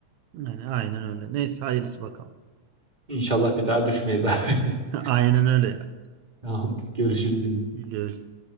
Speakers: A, on the right (about 75°); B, on the right (about 20°).
A: Yani aynen öyle. Neyse hayırlısı bakalım.
B: İnşallah bir daha düşmeyiz abi. <laughs>
A: <laughs> Aynen öyle ya.
B: Tamam, görüşürüz yine.
A: Görüşürüz.